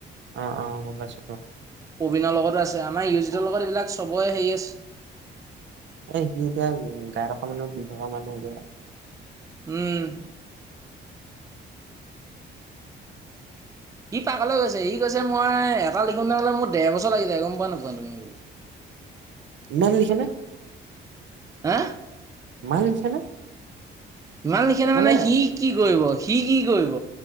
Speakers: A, on the right; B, on the right.
A: অ অ বছ
B: প্ৰবীণৰ লগতো আছে আমাৰ ইউ জিডৰ লগত এইবিলাক চবৰে হেৰি আছে।
A: এ সি এতিয়া গাই টকা মানৰ দুই টকা মান হয় যায়।
B: উম সি পাকলৈ গৈছে সি কৈছে মই এটা লিখোতে বোলে মোৰ ডেৰ বছৰ লাগি যায় গম পোৱা নোপোৱা তুমি বোলে
A: ইমান লিখেনে?
B: হা।
A: ইমান লিখেনে?
B: ইমান লিখি নহ'লে
A: মানে
B: সি কি কৰিব। সি কি কৰিব?